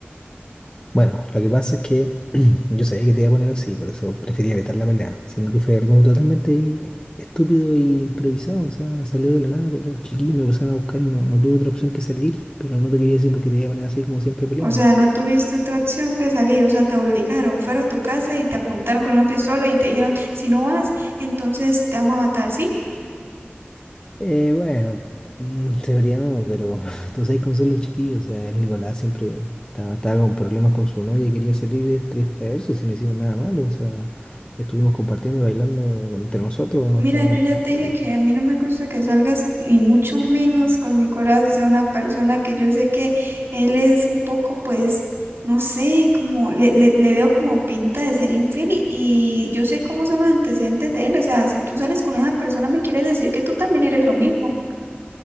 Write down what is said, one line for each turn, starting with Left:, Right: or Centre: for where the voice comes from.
Left: Bueno, lo que pasa es que <clears throat> yo sabía que te iba a poner así, por eso prefería evitar la pelea, siendo que fue algo totalmente estúpido e improvisado, o sea, salió de la nada con los chiquillos, me pusieron a buscar y no, no tuve otra opción que salir, pero no te quería decir porque te iba a poner así como siempre peleamos.
Right: O sea, no tuviste otra opción que salir, o sea, te obligaron, fueron a tu casa y te apuntaron con una pistola y te dijeron, si no vas, entonces te vamos a matar, ¿sí?
Left: Eh, bueno, mm, teoría no, pero <laughs> tú sabes cómo son los chiquillos, o sea, el Nicolás siempre estaba, estaba con problemas con su novia y quería salir de distraerse si no hicimos nada malo, o sea, estuvimos compartiendo y bailando entre nosotros, nos
Right: Mira,
Left: tomamos
Right: yo
Left: un
Right: ya
Left: trago
Right: te dije
Left: y.
Right: que a mí no me gusta que salgas ni mucho menos con Nicolás, o sea, una persona que yo sé que él es un poco, pues, no sé, como le, le, le veo como pinta de ser infiel y, y yo sé cómo son los antecedentes de él, o sea, si tú sales con esa persona me quieres decir que tú también eres lo mismo.